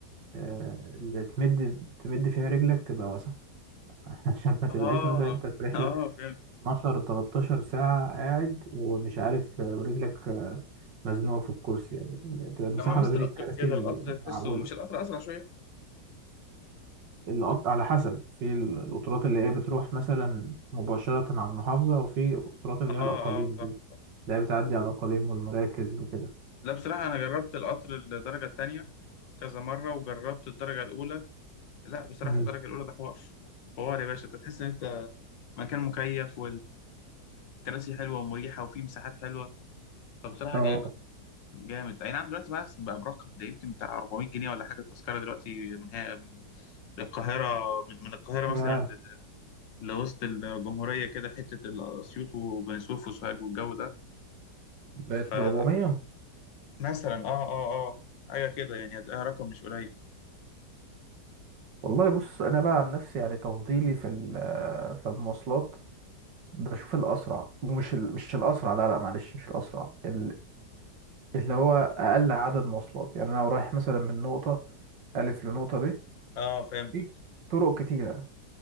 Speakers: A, on the right; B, on the left.
A: آه، اللي تمد تمد فيها رجلك تبقى واسعه <laughs> عشان ما تبقاش
B: اه
A: مثلا انت في رحله
B: اه فهمت
A: 12 13 ساعه قاعد ومش عارف آه، ورجلك مزنوقه في الكرسي يعني يعني تبقى المساحه
B: لما مست
A: ما بين
B: القطر
A: الكراسي
B: في كده القطر تحسه
A: معقوله
B: مش القطر اسرع شويه
A: القط- على حسب في القطارات اللي هي بتروح مثلا مباشره على المحافظه وفي قطارات اللي
B: اه
A: هي
B: اه
A: الاقاليم
B: صح
A: دي
B: صح
A: اللي هي بتعدي على الاقاليم والمراكز وكده
B: لا بصراحه انا جربت القطر الدرجه الثانيه كذا مره وجربت الدرجه الاولى لا بصراحه
A: امم
B: الدرجه الاولى ده حوار حوار يا باشا أنت تحس ان انت مكان مكيف والكراسي حلوه ومريحه وفيه مساحات حلوه فبصراحه
A: اه
B: جامد جامد اي نعم دلوقتي بقى بقى برقم ده يمكن بتاع 400 جنيه ولا حاجه التذكره دلوقتي من هي من القاهره من من القاهره
A: يا
B: مثلا لوسط الجمهوريه كده حته اسيوط وبني سويف وسوهاج والجو ده
A: بقت
B: فمثلا
A: ب 400
B: اه اه اه حاجه كده يعني هتلاقيها رقم مش قليل
A: والله بص انا بقى عن نفسي يعني تفضيلي في ال- في المواصلات بشوف الاسرع ومش ال... مش الاسرع لا لا معلش مش الاسرع ال... اللي هو اقل عدد مواصلات يعني انا لو رايح مثلا من نقطه الف لنقطه ب
B: اه فهمتك
A: في طرق كتيرة